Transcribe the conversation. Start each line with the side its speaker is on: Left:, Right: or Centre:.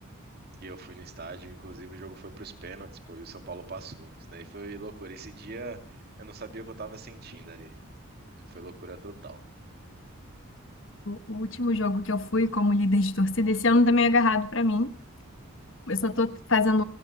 Right: que eu fui no estádio. Inclusive, o jogo foi pros pênaltis, pô, e o São Paulo passou. Isso daí foi loucura. Esse dia eu não sabia o que eu tava sentindo ali. Foi loucura total.
Left: O último jogo que eu fui como líder de torcida, esse ano também é agarrado para mim. Eu só tô fazendo